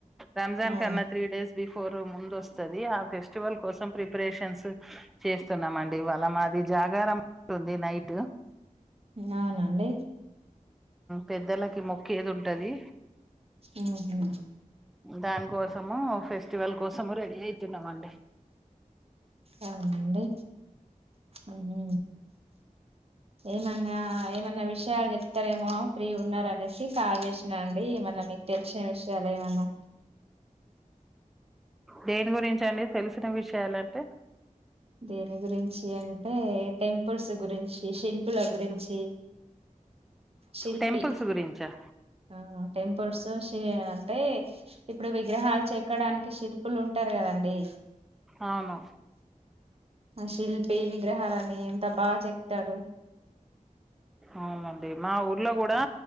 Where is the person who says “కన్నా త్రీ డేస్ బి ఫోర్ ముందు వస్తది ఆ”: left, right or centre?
Centre